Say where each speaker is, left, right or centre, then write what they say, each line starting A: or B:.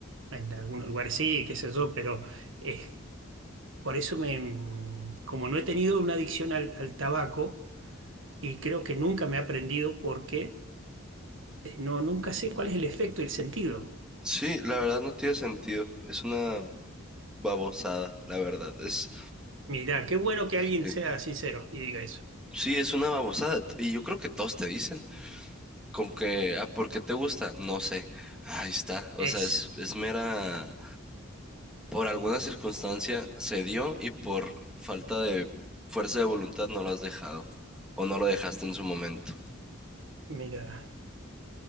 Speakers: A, on the right (about 65°); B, in the centre.
A: En algunos lugares sí, qué sé yo, pero es, por eso me, como no he tenido una adicción al al tabaco, y creo que nunca me he aprendido porque eh, no, nunca sé cuál es el efecto y el sentido.
B: Sí, la verdad no tiene sentido. Es una babosada, la verdad. Es.
A: Mira, qué bueno
B: Sí.
A: que alguien sea sincero y diga eso.
B: Sí, es una babosada. Y yo creo que todos te dicen. Con que, ah, ¿por qué te gusta? No sé. Ahí está. O
A: Eso,
B: sea, es, es mera Por alguna circunstancia se dio y por falta de fuerza de voluntad no lo has dejado o no lo dejaste en su momento.
A: mira,